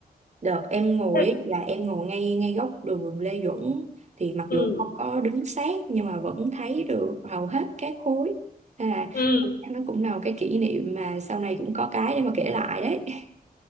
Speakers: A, on the right (about 45°); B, on the left (about 65°).
A: đợt em ngồi
B: thế
A: ấy, là em ngồi ngay ngay góc đường Lê Duẩn thì mặc
B: ừ
A: dù không có đứng sát nhưng mà vẫn thấy được hầu hết các khối nên là
B: ừ
A: nó cũng là một cái kỷ niệm mà sau này cũng có cái để mà kể lại đấy <laughs>